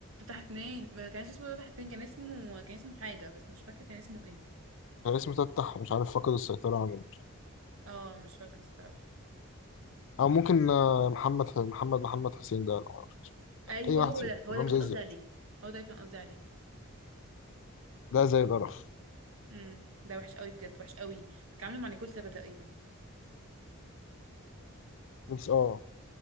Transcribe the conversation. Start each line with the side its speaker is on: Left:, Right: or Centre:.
Right: ده اتنين ما كانش اسمه ده اتنين كان اسمه كان اسمه حاجة بس مش فاكرة كان اسمه ايه
Left: كان اسمه تفتح مش عارف فقد السيطرة عن ال-
Right: اه مش فاكرة الصراحة
Left: أو ممكن آه، محمد محمد محمد حسين ده أنا معرفش اسمه.
Right: أيوه
Left: أي واحد
Right: هو
Left: فيهم
Right: ده
Left: كلهم
Right: هو ده كنت
Left: زي
Right: قصدي
Left: الزفت
Right: عليه هو ده كان قصدي عليه
Left: ده زي القرف
Right: امم ده وحش قوي بجد وحش قوي اتعاملوا مع نيكول سابا تقريبا
Left: بس اه